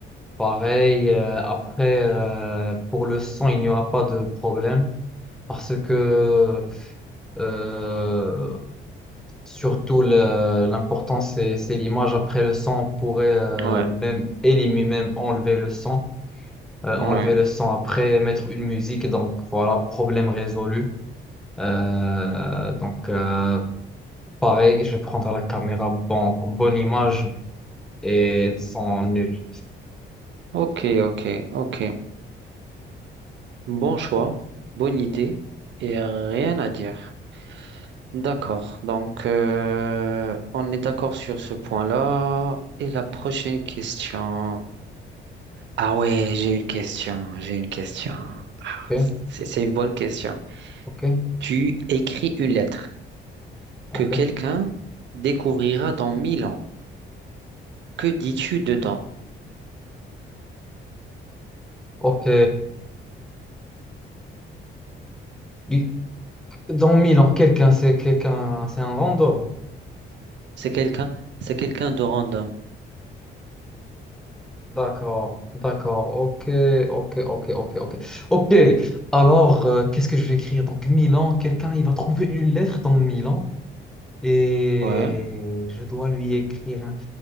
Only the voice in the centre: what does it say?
Pareil, euh, après, euh, pour le son, il n'y aura pas de problème parce que euh, surtout le- l'important c'est c'est l'image. Après le son, on pourrait euh,
même éliminer, même enlever le son. euh,
enlever le son après, mettre une musique. Donc voilà, problème résolu. Euh, donc euh, pareil, je vais prendre la caméra, bon, bonne image et son nul.
Ok,
ok,
ok,
ok. Il- Dans Milan, quelqu'un, c'est quelqu'un, c'est un random.
D'accord, d'accord, ok, ok, ok, ok, ok. Ok, alors, euh, qu'est-ce que je vais écrire? Donc, Milan, quelqu'un, il va trouver une lettre dans Milan et
je dois lui écrire.